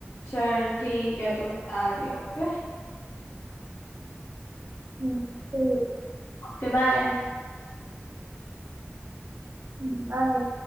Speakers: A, on the left (about 80°); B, on the right (about 60°).
A: चल ठीक है
B: तब
A: तू बता दे ओके
B: हम्म, ठीक
A: Okay bye
B: है बाय